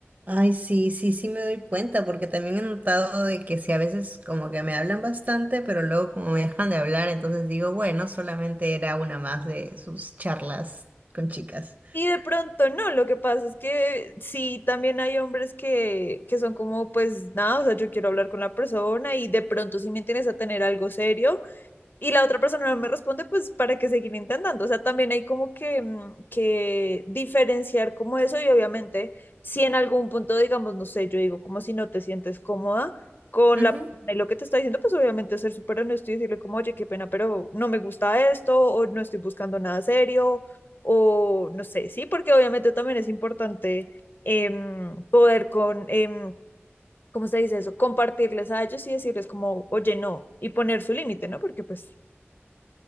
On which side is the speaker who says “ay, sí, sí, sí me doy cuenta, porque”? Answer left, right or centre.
Right